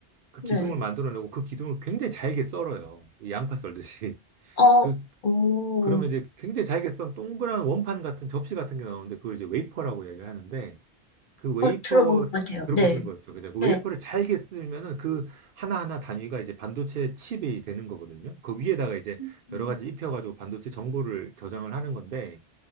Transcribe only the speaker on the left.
네.
어,
오,
어, 들어본 것 같아요.
네.
네.
음,